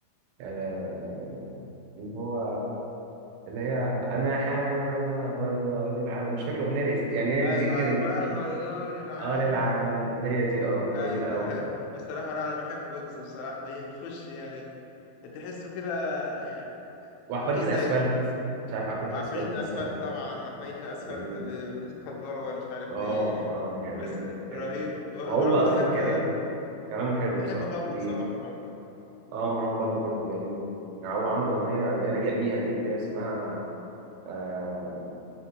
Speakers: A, on the right (about 80°); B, on the left (about 80°).
A: آه، اللي هو اللي هي انا حالة ما غير العالم مش فاكر الاغنيه الإس- يعني هي
B: ايوه
A: دي اللي كان
B: ايوه بغير العالم
A: ار العالم هي دي اه جميله
B: ايوه
A: قوي بصراحه
B: <laughs> بصراحه لا انا بحب ويجز بصراحه بيخش يعني تحسه كده يعني
A: وعبقريه
B: مفيش زيه
A: الاسفلت مش عارف عبقريه
B: وعفاريت
A: الاسفلت
B: الاسفلت
A: انت سمعتها
B: طبعا عفاريت الاسفلت
A: جميل
B: ب- بيتكدروا ولا مش عارف
A: اه
B: ايه
A: اه جميل
B: <laughs> بس
A: جميل
B: رهيبه
A: هو
B: برضه
A: اصلا
B: بحب
A: كلام كلامه حلو
B: بحب
A: بصراحه
B: بابلو
A: ليك
B: بصراحه برضه
A: اه مروان بابلو برضه جميل يعني هو عمل اغنيه اللي رجع بيها دي اللي هي اسمها آه